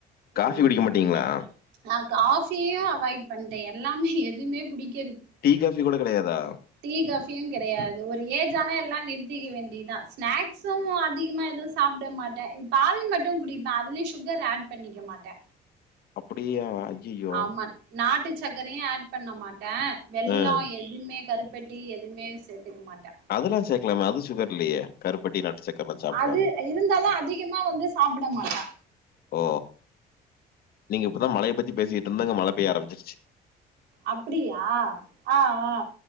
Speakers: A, on the left; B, on the right.
A: காஃப்பி
B: ம்
A: குடிக்க மாட்டீங்ளா
B: நா காஃபியு அவாய்ட் பண்ட்டே எல்லாமே எதும்மே புடிக்
A: டீ காஃபி கூட கெடையா தா
B: டீ காஃப்பியு கெடையாது ஒரு ஏஜானே எல்லா நிறுத்திக்க வேண்டிதா ஸ்னாக்ஸ்சும் அதிகமா எது சாப்ட மாட்டே பால் மட்டு குடிப்பே அதுலியு சுகர் ஆட் பண்ணி க்க மாட்டே
A: அப்படியா ஐயையோ
B: ஆமா நாட்டு சக்கரையு ஆட் பண்ண மாட்டே வெள்ளோ
A: ம்
B: எ இம்மே கருப்பட்டி எதும்மே சேத்துக்க மாட்டே
A: அதெல்லா சேக்கலாமே அது சுகர் இல்லயே கருப்பட்டி நாட்டு சக்கர்ல்லாம் சாப்புட்லாமே
B: அது இருந்தாலு அதிகமா வந்து சாப்ட மாட்டா
A: ஓ நீங்க இப்பதா மழையபத்தி பேசிக்கிட் இருந்தங்க மழ பேய்ய ஆரம்மிச்சிருச்சு
B: அப்புடியா ஆ ஆ